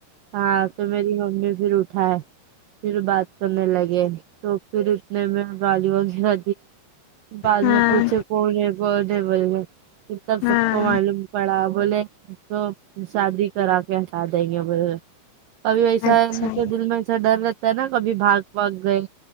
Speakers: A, on the right; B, on the left.
A: ہاں تو میری ممی پھر اٹھائے پھر بات کرنے لگے تو پھر اتنے میں گڑی وغیرہ بعد
B: ہاں
A: میں پوچھے کون ہے کون ہے بول میں یہ تب
B: ہاں
A: سب کو معلوم پڑا بولے تو شادی کرا کے ہٹا دیں گے بے کبھی ایسا
B: اچھا
A: ہے کے دل میں ایسا ڈر رہتا ہے نا کبھی بھاگ بھاگ گئے